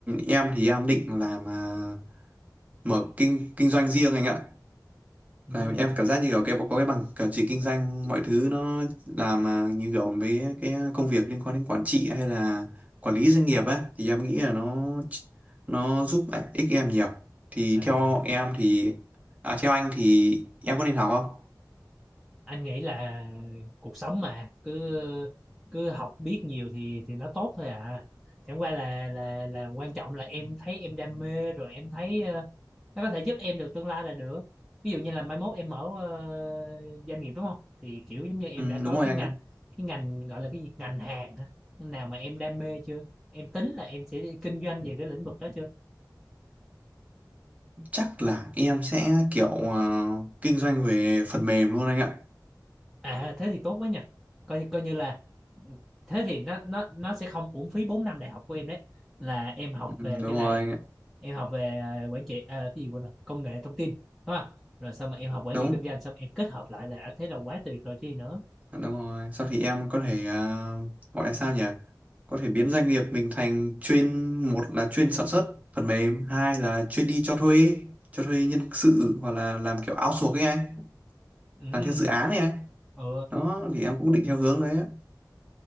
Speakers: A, on the right; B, in the centre.
A: em thì em định làm à, mở kinh kinh doanh riêng anh ạ.
B: ừ.
A: là em cảm giác như kiểu cái có cái bằng cả trị kinh doanh mọi thứ nó làm à, như kiểu với cái công việc liên quan đến quản trị hay là quản lý doanh nghiệp á thì em nghĩ là nó nó giúp ích em nhiều thì
B: à,
A: theo em thì à, theo anh thì em có nên học không
B: anh nghĩ là cuộc sống mà cứ cứ học biết nhiều thì thì nó tốt thôi à chẳng qua là là là quan trọng là em thấy em đam mê rồi em thấy ờ, nó có thể giúp em được tương lai là được ví dụ như là mai mốt em mở ờ, doanh nghiệp đúng không thì kiểu giống như em
A: ừ,
B: đã có
A: đúng rồi
B: cái
A: anh
B: ngành
A: ạ
B: cái ngành gọi là cái gì ngành hàng hả? nào mà em đam mê chưa em tính là em sẽ đi kinh doanh về cái lĩnh vực đó chưa
A: chắc là em sẽ kiểu à, kinh doanh về phần mềm luôn anh ạ
B: à thế thì tốt quá nhỉ coi như coi như là thế thì nó nó nó sẽ không uổng phí 4 năm đại học của em đấy là em học
A: ừ,
B: về
A: đúng
B: cái
A: rồi
B: này
A: anh ạ
B: em học về ờ, quản trị ờ, cái gì quên rồi công nghệ thông tin đúng không rồi xong mà em học quản
A: đúng
B: trị kinh doanh xong em kết hợp lại là à, thế là quá tuyệt rồi chứ gì nữa
A: Đúng rồi. Sau thì em có thể à, gọi là sao nhỉ? Có thể biến doanh nghiệp mình thành chuyên một là chuyên sản xuất phần mềm, hai là chuyên đi cho thuê, cho thuê nhân sự hoặc là làm kiểu outsource ấy anh,
B: ừ
A: làm theo dự án này anh.
B: ừ
A: Đó thì em cũng định theo hướng đấy á.